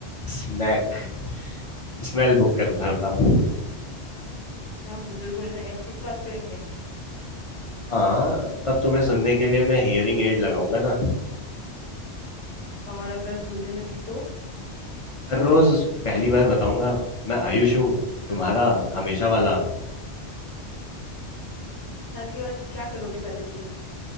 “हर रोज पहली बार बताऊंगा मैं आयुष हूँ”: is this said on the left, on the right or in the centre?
Left